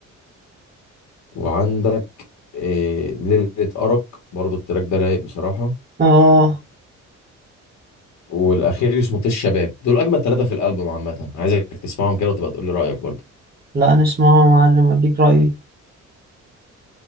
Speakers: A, on the left; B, on the right.
A: وعندك إيه ليله ارق برضو التراك ده رايق بصراحه
B: اه
A: والاخير اسمه طش الشباب دول اجمل ثلاثه في الالبوم عامه عايزك تسمعهم كده وتبقى تقول لي رايك برضو
B: لا نسمعه يا معلم واديك رايي